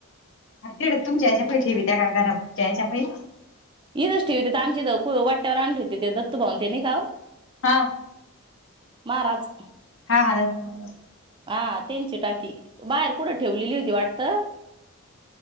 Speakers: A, on the left; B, on the right.
A: तिकडं तुमच्या याच्या पै ठेवी त्या का घराच्या याच्या पै
B: य ठि तथ आमची वाट. वर आण ठवते ते दत्तू भाऊूनते नाही का?
A: हा
B: महाराज.
A: हा हा <unintelligible>
B: हा त्यांची टाकी बाहेर कुठं ठेवलेली हुती वाटतं.